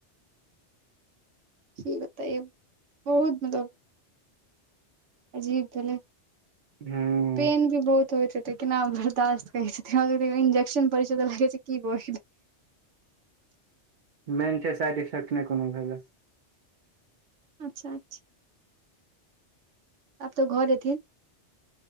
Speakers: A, on the right; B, on the right.
A: क किबताओयो बहुत अजीब भलै
B: हूँ
A: पेन भी बहुत होइ छै तेकना बर्दाश्त थलदियो इंज्शन प तऽ लगै छै कि बै
B: मेन छै साडफक नहि कोनो भेलये
A: अच्छा छी आब तऽ घर एथिन